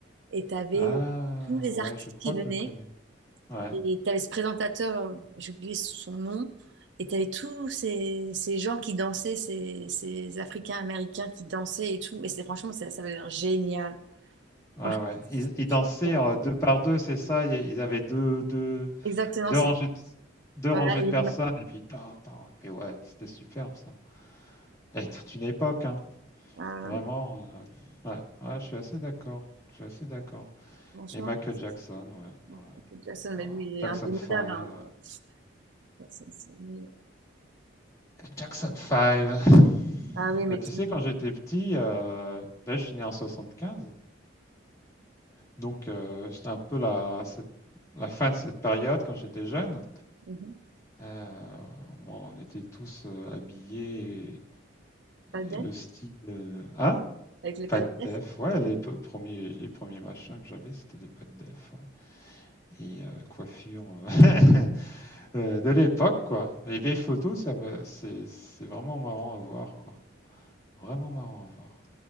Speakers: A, on the right; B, on the left.
A: et tu avais
B: Ah,
A: tous les
B: ouais,
A: artistes
B: je crois
A: qui venaient.
B: que je connais. Ouais.
A: Et t'avais ce présentateur, euh, j'ai oublié son nom, et t'avais tous ces, ces gens qui dansaient, ces, ces Africains-Américains qui dansaient et tout. Et c'est franchement, ça, ça avait l'air génial.
B: Ouais,
A: Franchement,
B: ouais.
A: c'était
B: Ils, ils
A: trop,
B: dansaient
A: trop bien.
B: euh, deux par deux, c'est ça? Ils ils avaient deux, deux,
A: Exactement,
B: deux
A: c'est...
B: rangées de, deux
A: Voilà,
B: rangées
A: et
B: de personnes
A: il m'a-
B: et puis tarn, tarn. Mais ouais, c'était superbe ça. Et toute une époque, hein.
A: Ah, non,
B: Vraiment.
A: mais
B: euh, ouais. Ouais, je suis assez d'accord. Je suis assez d'accord.
A: franchement,
B: Et Michael
A: Francis,
B: Jackson, ouais.
A: bon,
B: ouais.
A: Michael Jackson,
B: Wow.
A: mais lui, il
B: Jackson
A: est indémodable.
B: 5.
A: hein,
B: euh,
A: euh, ça- ça- ça- mais-
B: Jackson 5.
A: Ah oui, mais
B: Bah, tu
A: tout.
B: sais, quand j'étais petit, euh, là je suis né en 75, donc euh, c'était un peu la, cette- la fin de cette période quand j'étais jeune.
A: Mhm.
B: Euh, bon, on était tous euh, habillés,
A: Pas de
B: et-
A: def,
B: et le style... euh, hein?
A: avec les
B: Pas
A: pas
B: de
A: de def.
B: def, ouais, les pe- premiers, les premiers machins que j'avais, c'était des pas de def, ouais. Et euh, coiffure euh, <laughs> euh, de l'époque, quoi. Les vieilles photos, ça me, c'est, c'est vraiment marrant à voir, quoi. Vraiment marrant à voir.